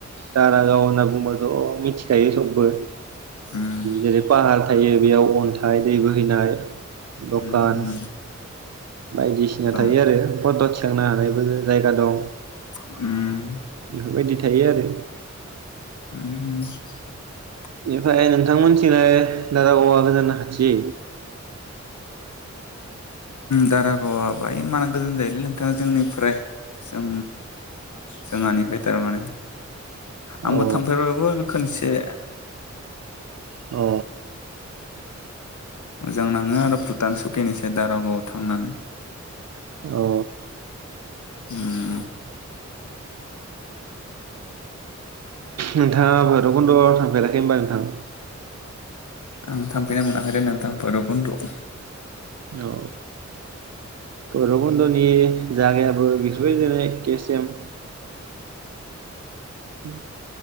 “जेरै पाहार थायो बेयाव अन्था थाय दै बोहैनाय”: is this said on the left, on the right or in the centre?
Right